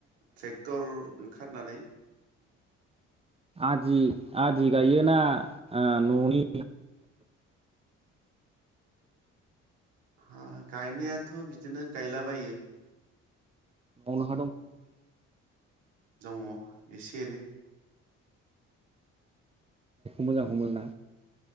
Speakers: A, on the right; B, on the right.
A: ट्रेक्टर ओंखारनानै
B: आदि आदि गायोना ओ न'नि
A: हा गायनायाथ' बिदिनो गायलाबायो
B: न'आवनो हा दंखायो
A: दङ एसे एनै
B: मोजां हमो ना